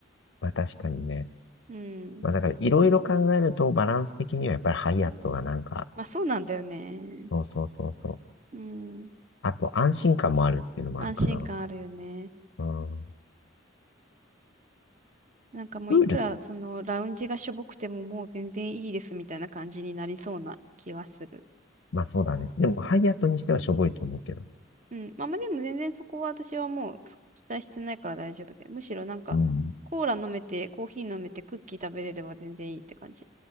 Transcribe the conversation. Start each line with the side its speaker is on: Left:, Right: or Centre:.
Left: まあ、確かにね。
Right: うん。
Left: まあ、だから、いろいろ考えると、バランス的にはやっぱりハイアットがなんか、
Right: まあそうなんだよね。
Left: そうそうそうそう。
Right: うん。
Left: あと、安心感もあるっていうのもあるかな。
Right: 安心感あるよね。
Left: うん。
Right: なんかもういくらそのラウンジがしょぼくてももう全然いいですみたいな感じになりそうな気はする。
Left: プール、まあそうだね。でも、ハイアットにしてはしょぼいと思うけど。
Right: うん。まあまあでも全然そこは私はもう期待してないから大丈夫で。むしろなんかコーラ飲めてコーヒー飲めてクッキー食べれれば全然いいって感じ。
Left: うん。